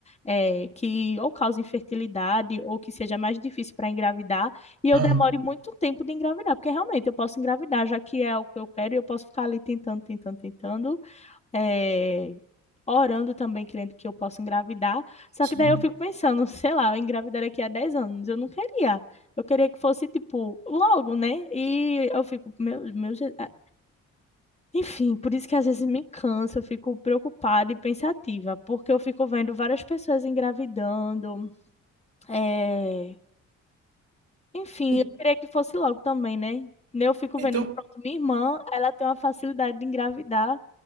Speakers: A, on the left (about 20°); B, on the right (about 50°).
A: eh, que ou cause infertilidade ou que seja mais difícil para engravidar e eu
B: Aham.
A: demore muito tempo de engravidar, porque realmente eu posso engravidar, já que é o que eu quero, e eu posso ficar ali tentando, tentando, tentando, eh, orando também, crendo que eu posso engravidar. Só
B: Sim.
A: que daí eu fico pensando, <laughs> sei lá, eu engravidar daqui a 10 anos, eu não queria. Eu queria que fosse, tipo, logo, né? E eu fico, meu, meu, Je- ah, enfim, por isso que às vezes me cansa, eu fico preocupada e pensativa, porque eu fico vendo várias pessoas engravidando, eh, Enfim,
B: E-
A: eu queria que fosse logo também, né? Né, Eu fico
B: Então,
A: vendo, pronto, minha irmã, ela tem uma facilidade de engravidar